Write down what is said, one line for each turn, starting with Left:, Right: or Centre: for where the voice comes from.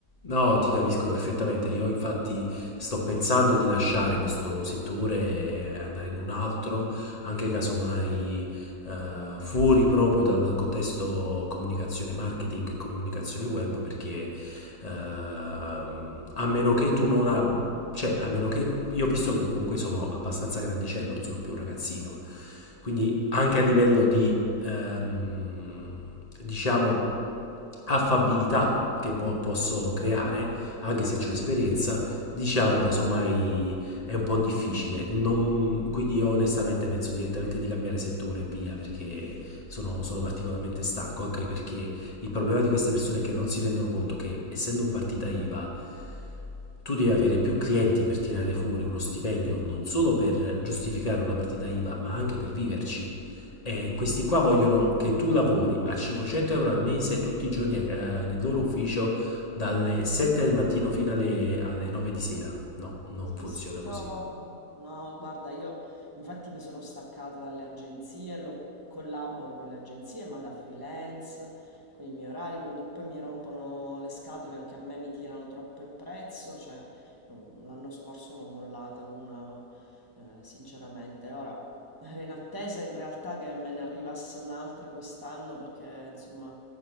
Left: No, ti capisco perfettamente. Io infatti sto pensando di lasciare questo settore e andare in un altro, anche casomai eh, fuori proprio dal contesto comunicazione marketing e comunicazione web, perché eh, a meno che tu non abbia, cioè a meno che io ho visto che comunque sono abbastanza grandicello, non sono più un ragazzino. Quindi anche a livello di ehm, diciamo, affabilità che po- posso
Right: Mm.
Left: creare, anche se ho esperienza, diciamo casomai è un po' difficile. Non- quindi io onestamente penso direttamente di cambiare settore e via perché sono, sono particolarmente stanco, anche perché il problema di queste persone è che non si rendono conto che essendo un partita IVA tu devi avere più clienti per tirare fuori uno stipendio non solo per giustificare una partita IVA, ma anche per viverci. E
Right: Sì,
Left: questi
Right: sì.
Left: qua vogliono che tu lavori a 500 euro al mese tutti i giorni eh, nel loro ufficio dalle 7 del mattino fino alle, alle 9 di sera. No, non
Right: Sì,
Left: funziona
Right: sì,
Left: così.
Right: no, ma- no, guarda, io infatti mi sono staccata dalle agenzie, lo- collaboro con le agenzie, ma da freelance, con i miei orari, quando poi mi rompono le scatole, anche a me mi tirano troppo il prezzo, cioè mm, l'anno scorso l'ho mollata una, eh, sinceramente. Ora, era in attesa in realtà che me ne arrivasse un'altra quest'anno perché, insomma,